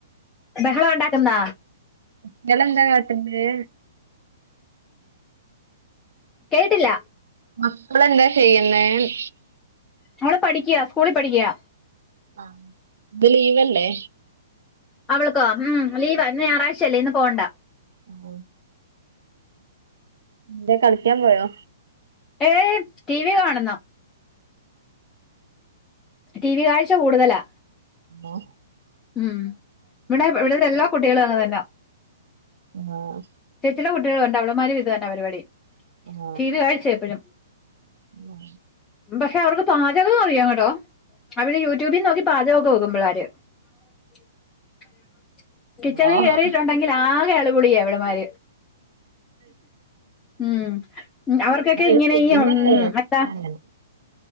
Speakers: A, on the left (about 20°); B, on the right (about 70°).
A: ബഹളം ഉണ്ടാക്കുന്നാ
B: ങ്ങളെന്താ കാട്ടുന്നേന്ന്
A: കേട്ടില്ല
B: മക്കളെന്താ ചെയ്യുന്നേന്ന്
A: മോള് പഠിക്യാ സ്കൂളി പഠിക്യാ
B: ആ ത് ലീവല്ലേ
A: അവൾക്കോ ഉം ലീവാ ഇന്ന് ഞായറാഴ്ചയല്ലേ ഇന്ന് പോവണ്ട
B: ആഹ എന്തയ് കളിക്കാൻ പോയോ
A: ഏയ് ടി വി കാണുന്ന ടി വി കാഴ്ച കൂടുതലാ
B: ആ
A: ഉം ഇവിടെ ഇവിടല്ലാ കുട്ടികളും അങ്ങനെന്നെ
B: ആഹ്
A: ചില കുട്ടികൾണ്ട് അവളമാരും ഇത് തന്നെ പരിപാടി
B: ആഹ
A: ടി വി കാഴ്ച എപ്പഴും
B: ഉ
A: പക്ഷെ അവർക്ക് പാചകം ഓക്കേ അറിയാം കേട്ടോ അവര് യൂട്യൂബിൽ നോക്കി പാചകൊക്കെ വോക്കും പിള്ളാര് അ കിച്ചണിൽ
B: ആഹ്
A: കയറിയിട്ടുണ്ടെങ്കിൽ ആകെ അള്ളപുള്ളിയാ ഇവള്മാർ ഉ മ് അവർക്കൊക്കെ ഇങ്ങനെ
B: അത് ചെയ്യുന്നല്ലേ
A: ഉ എത്താ ഉം
B: അങ്ങനെ